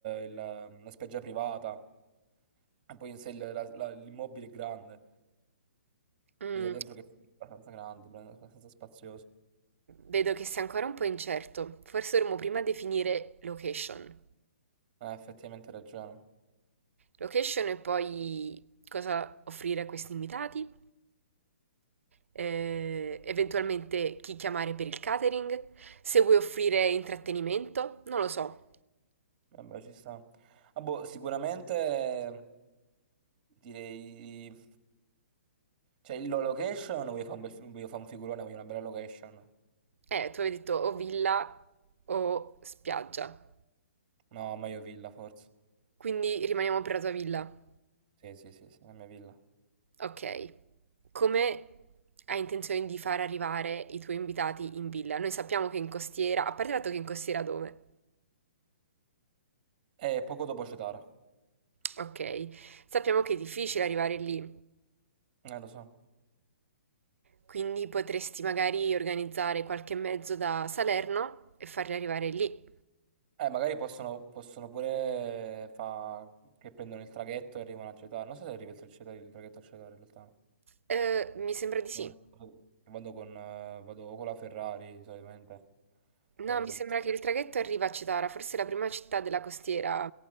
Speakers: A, on the right; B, on the right.
A: il- la spiaggia privata, e poi in sé il- la- la- l'immobile è grande,
B: Mm.
A: cioè sei dentro che è abbastanza grande, abbastanza spazioso.
B: Vedo che sei ancora un po' incerto. Forse dovremmo prima definire location.
A: Eh, effettivamente hai ragione,
B: Location e poi cosa offrire a questi invitati, eh, eventualmente chi chiamare per il catering, se vuoi offrire intrattenimento, non lo so.
A: vabbè ci sta. Ah, boh, sicuramente direi... Cioè, la location, voglio fare un bel, voglio fare un figurone, voglio una bella location.
B: Eh, tu avevi detto o villa o spiaggia.
A: No, meglio villa, forse.
B: Quindi rimaniamo per la tua villa.
A: Sì, sì, sì, sì, la mia villa.
B: Ok, come hai intenzione di far arrivare i tuoi invitati in villa? Noi sappiamo che in costiera, a parte il fatto che in costiera dove?
A: E poco dopo Cetara.
B: Ok, sappiamo che è difficile arrivare lì,
A: Eh, lo so.
B: quindi potresti magari organizzare qualche mezzo da Salerno e farli arrivare lì.
A: Eh, magari possono, possono pure fa che prendono il traghetto e arrivano a Cetara. Non so se arriva il, tra- Cetara- il traghetto a Cetara, in realtà.
B: Eh, mi sembra di sì.
A: no. Vado vado con, eh, vado con la Ferrari, solitamente. Però
B: No, mi
A: vabbè.
B: sembra che il traghetto arriva a Cetara, forse è la prima città della costiera